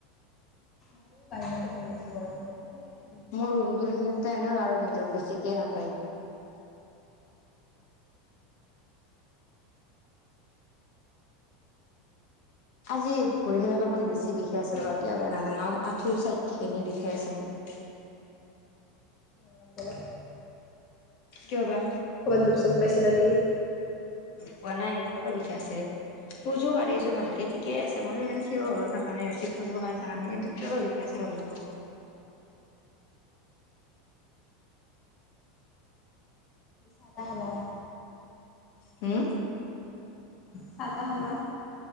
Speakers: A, on the left; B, on the left.
A: ময়ো বাহিৰতে বহি আছোঁ গৰমতে হেয়াই।
B: মোৰ ৰূমটোৰ হেইখিনিতে এনেই আৰু নেটৱৰ্ক বেছিকেই নাপায়। আজি ভৰিখেন অলপমান
A: ঠাণ্ডা
B: বেছি বিষাই
A: পৰি
B: আছে ৰ'বা,
A: কিন্তু
B: কিয়বা
A: এতিয়া।
B: নাজানো আঁঠুৰ চাইডখিনি বিষাই আছে মোৰ।
A: হেল্ল'।
B: কিয় বা।
A: ক'ৰবাত দুখ চোখ পাইছিলা নেকি?
B: পোৱা নাই। কিয়বা বিষাই আছে ৰে। খোজোঁ কাঢ়ি আছোঁ ভালকে, ঠিকেই আছে মইতো ইমান থিয় হৈও থকা নাই, বেছি খোজো কাঢ়ি থকা নাই এইটো কিয়বা বিষাই আছে গম নাপাও।
A: চাহ তাহ খালা?
B: হু?
A: চাহ তাহ খালা?